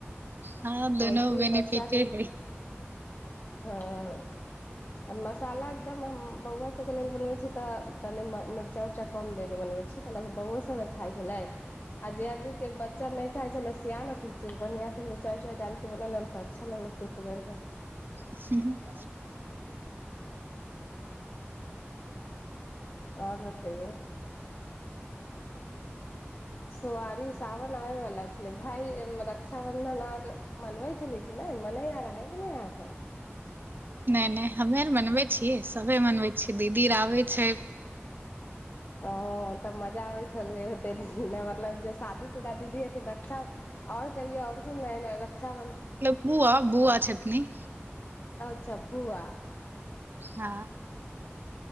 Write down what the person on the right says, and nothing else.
हँ दोनो
बेनिफिटे
हइ
<unintelligible>
<inaudible>
ने हमे आर मनबै छि सभे मनबै छि दीदी आर आबै छै।
बूआ बुआ छथीन्ह।
हँ